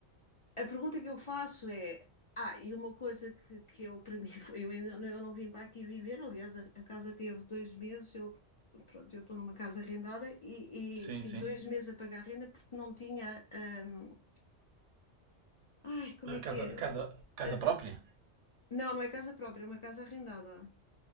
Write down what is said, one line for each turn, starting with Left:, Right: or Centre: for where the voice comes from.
Left: a pergunta que eu faço é: ah, e uma coisa que, que eu, para <laughs> mim, foi, eu, ainda- não- eu não vim para aqui viver, aliás, a, a casa teve dois meses, eu, pronto, eu estou numa casa arrendada e,
Right: Sim,
Left: e tive
Right: sim.
Left: dois meses a pagar a renda porque não tinha. ahm, ai, como
Right: Ah,
Left: é
Right: Casa,
Left: que é?
Right: casa,
Left: Ah,
Right: casa
Left: ah,
Right: própria?
Left: não, não é casa própria, é uma casa arrendada.